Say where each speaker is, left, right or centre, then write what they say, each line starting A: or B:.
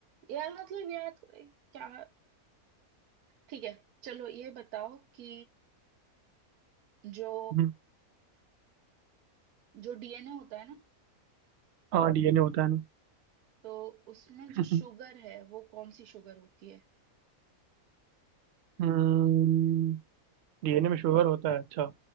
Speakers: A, on the right (about 80°); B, on the right (about 65°).
A: यार मतलब याद क्या ठीक है चलो ये बताओ कि जो
B: हम्म,
A: जो डीएनए होता है ना
B: हाँ डीएनए होता है ना
A: तो उसमें
B: <laughs>
A: जो शुगर है वो कौन सी शुगर होती है
B: हम्म डीएनए में शुगर होता है अच्छा